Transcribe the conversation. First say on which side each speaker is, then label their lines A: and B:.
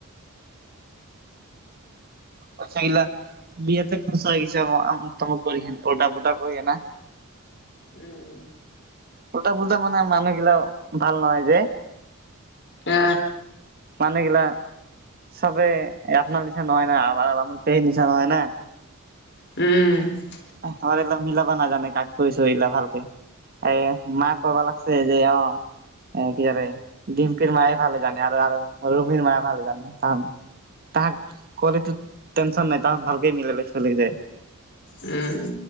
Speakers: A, on the right; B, on the left.
A: পইচাগিলা বিয়াতে খচা হৈ গৈছে আমোক তামোক কৰি হেন ওলটা পোলটা কৰিয়ে না
B: উম
A: ওলটা পুলটা মানে মানুহ গিলাক ভাল নহয় যে
B: অ
A: মানে কেলা চবে আপোনাৰ নিচিনা নহয় না আমাৰ পেহীৰ নিচিনা হয় না
B: উম
A: আমাৰ এইবিলাক মিলাবা নাজানে কাক কৰিছ এইবিলাক ভালকে এ মা কবা লাগিছে যে অ কি কৰে ডিম্পিৰ মায়ে ভাল জানে আৰু আৰু ৰুমিৰ মায়ে ভাল জানে তাহাঁত তাক কলেতো টেনচন নাই তাহাত ভালকে মিলালৈ চল যায়
B: উম